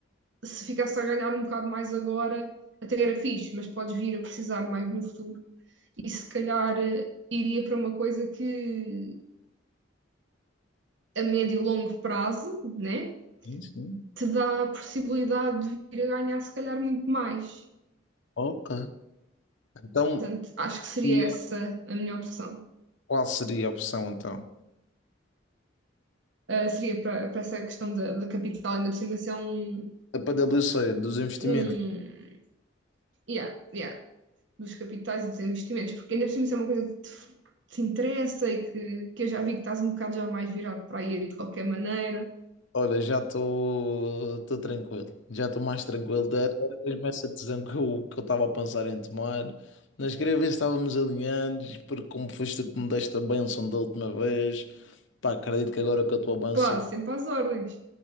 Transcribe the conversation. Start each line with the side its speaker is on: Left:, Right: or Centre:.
Right: se ficasse a ganhar um bocado mais agora, até era fixe, mas podes vir a precisar mais no futuro. E se calhar eh, iria para uma coisa que a médio e longo prazo, né,
Left: Sim, sim.
Right: te dá a possibilidade de vir a ganhar se calhar muito mais.
Left: Ok. Então,
Right: Portanto, acho que seria
Left: e,
Right: essa a minha opção.
Left: qual seria a opção então?
Right: Uh, seria para para essa questão da, da capital, ainda por cima se é um,
Left: A PwC dos investimentos
Right: um yeah, yeah, dos capitais e dos investimentos, porque ainda por cima se é uma coisa que te, que te interessa e que, que eu já vi que estás um bocado já mais virado para aí de qualquer maneira.
Left: Olha, já estou tranquilo, já estou mais tranquilo. Da- da mesma essa decisão que eu que eu estava a pensar em tomar, mas queria ver se estávamos alinhados, porque como foste tu que me deste a bênção da última vez, pá, acredito que agora com a tua bênção,
Right: Pá, sempre às ordens.